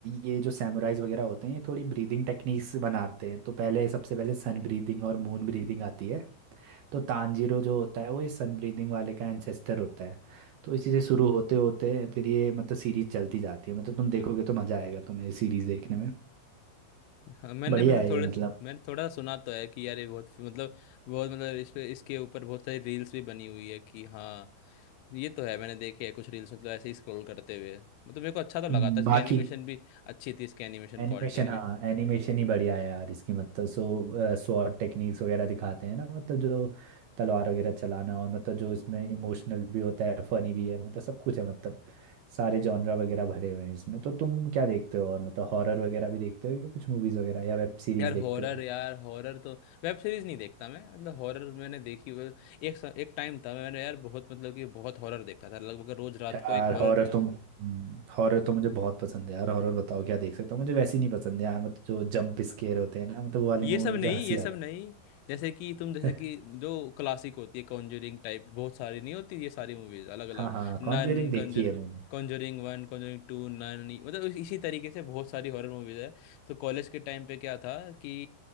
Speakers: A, on the right; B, on the left.
A: ये जो सैमुराइज वगैरह होते हैं ये थोड़ी ब्रीदिंग टेक्निक्स बनाते हैं तो पहले सबसे पहले सन ब्रीदिंग और मून ब्रीदिंग आती है तो तानजीरो जो होता है वो इस सन ब्रीदिंग वाले का एंसेस्टर होता है तो इसी से शुरू होते होते फिर ये मतलब सीरीज चलती जाती है मतलब तुम देखोगे तो मजा आएगा तुम्हें ये सीरीज देखने में
B: हाँ, मैंने
A: बढ़िया
B: मतलब
A: है
B: थोड़े
A: ये मतलब
B: मैंने थोड़ा सुना तो है कि यार ये बहुत मतलब बहुत मतलब इस पे इसके ऊपर बहुत सारी रील्स भी बनी हुई है कि हाँ ये तो है मैंने देखे है कुछ रील्स मतलब ऐसे ही स्क्रॉल करते हुए मतलब मेरे को अच्छा तो लगा
A: हम्म,
B: था इसकी
A: बाकी
B: एनिमेशन भी अच्छी थी इसकी एनिमेशन
A: एनिमेशन
B: क्वालिटी भी
A: हाँ एनिमेशन ही बढ़िया है यार इसकी मतलब सो स्वॉर्ड टेक्निक्स वगैरह दिखाते हैं ना मतलब जो तलवार वगैरह चलाना और मतलब जो इसमें इमोशनल भी होता है फनी भी है मतलब सब कुछ है मतलब सारे जॉनरा वगैरह भरे हुए हैं इसमें तो तुम क्या देखते हो और मतलब हॉरर वगैरह भी देखते हो या कुछ मूवीज वगैरह या वेब सीरीज
B: यार
A: देखते
B: हॉरर
A: हो
B: यार हॉरर तो वेब सीरीज नहीं देखता मैं मतलब हॉरर मैंने देखी हुई- एक स- एक टाइम था मैंने यार बहुत मतलब कि बहुत हॉरर देखता था लगभग रोज रात
A: यार
B: को एक हॉरर
A: हॉरर तो हॉरर तो मुझे बहुत पसंद है यार हॉरर बताओ क्या देख सकता हूँ मुझे वैसी नहीं पसंद है यार मतलब जो जंप स्केयर होते हैं ना मतलब वो वाली
B: ये
A: मूवी
B: सब
A: मुझे
B: नहीं
A: हंसी
B: ये सब
A: आता
B: नहीं जैसे कि तुम जैसे
A: है
B: कि जो क्लासिक होती है कॉन्जरिंग टाइप बहुत सारी नहीं होती ये सारी मूवीज अलग
A: <laughs>
B: अलग
A: हाँ हाँ
B: Nun
A: कॉन्जरिंग देखी
B: Conjuring
A: है मैंने
B: Conjuring one Conjuring two Nun मतलब इस- इसी तरीके से बहुत सारी हॉरर मूवीज है तो कॉलेज के टाइम पे क्या था कि